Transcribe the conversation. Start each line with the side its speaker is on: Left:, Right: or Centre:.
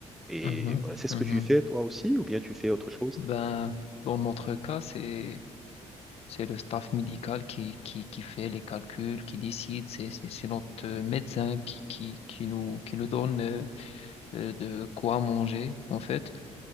Centre: Et
Left: Mhm,
Centre: voilà, c'est ce
Left: mhm.
Centre: que tu fais toi aussi, ou bien tu fais autre chose?
Left: Ben, dans notre cas, c'est c'est le staff médical qui, qui, qui fait les calculs, qui décide. C'est c'est c'est notre euh, médecin qui, qui, qui nous qui nous donne euh, euh, de quoi manger en fait.